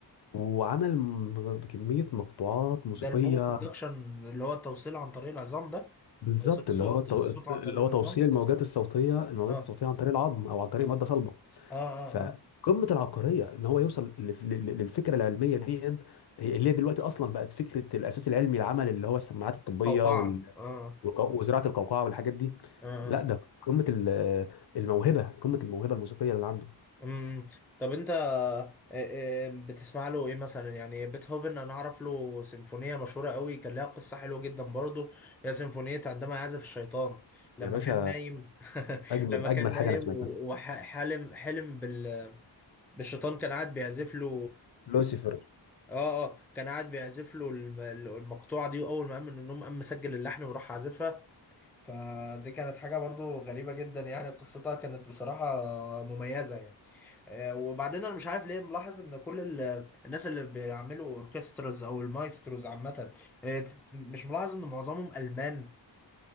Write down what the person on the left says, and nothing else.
وعمل م- كميه مقطوعات موسيقيه
بالظبط
اللي هو التو...
اللي
هو
توصيل الموجات الصوتيه الموجات
الصوتيه عن طريق العظم او عن طريق
ماده صلبه
فقمه
العبقريه ان هو يوصل لف- لل- للفكره العلميه دي هي- اللي هي دلوقتي اصلا بقت فكره الاساس العلمي العمل اللي هو السماعات الطبيه
وال-
والق- وزراعه القوقعه والحاجات دي
لا ده قمه ال- الموهبه قمه الموهبه الموسيقيه اللي عنده
يا باشا
اجمد
اجمل
حاجه انا سمعتها
لوسيفر